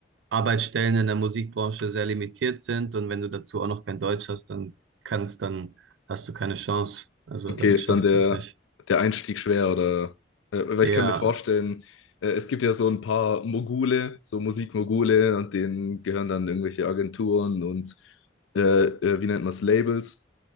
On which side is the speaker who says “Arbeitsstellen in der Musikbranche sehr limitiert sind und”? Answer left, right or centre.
Right